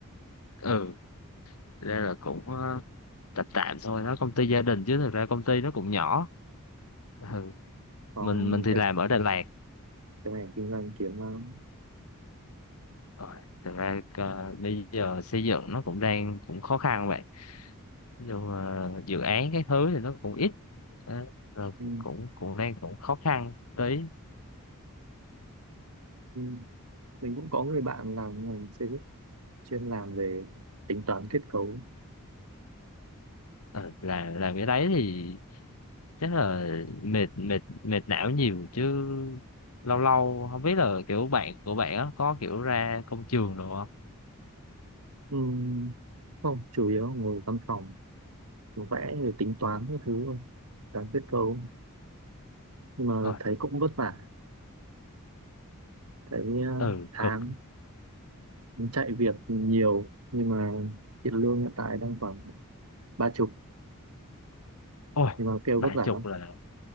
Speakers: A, on the left; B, on the right.
A: ừ thực ra là cũng ờ, tạm tạm thôi nó công ty gia đình chứ thực ra công ty nó cũng nhỏ ừ.
B: Còn
A: mình mình thì
B: cái,
A: làm ở Đà Lạt
B: cái này kinh doanh kiếm lắm.
A: Rồi, thực ra ờ, bây giờ xây dựng nó cũng đang cũng khó khăn vậy nhưng mà dự án cái thứ thì nó cũng ít Đó, rồi
B: Ừ,
A: cũng cũng đang cũng khó khăn tí
B: ừ. Mình cũng có người bạn làm ngành xây dựng chuyên làm về tính toán kết cấu.
A: Ờ, làm làm cái đấy thì chắc là mệt mệt mệt não nhiều chứ lâu lâu không biết là kiểu bạn của bạn á có kiểu ra công trường được không?
B: Ừ, không, chủ yếu ngồi văn phòng, vẽ rồi tính toán các thứ thôi, toán kết cấu. Nhưng mà
A: Ôi,
B: thấy cũng vất vả, thấy ờ,
A: ừ
B: tháng
A: cực.
B: chạy việc nhiều nhưng mà tiền lương hiện tại đang khoảng ba chục
A: Ôi,
B: nhưng mà kêu
A: ba
B: vất vả
A: chục
B: lắm.
A: là